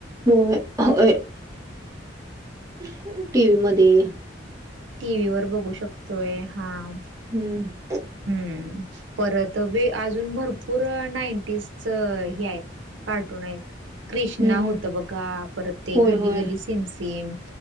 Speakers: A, on the right; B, on the right.
A: होय होय टीवी मध्ये <unintelligible>
B: टी व्ही वर बघू शकतोय हा <unintelligible>
A: हम्म <unintelligible>
B: हम्म <unintelligible> परत बी अजून भरपूर नाईंटीज हे आहेत <unintelligible> कार्टून आहेत कृष्णा
A: हम्म हम्म
B: होत बघा परत ते
A: होय
B: गली
A: होय
B: गली सेम सिम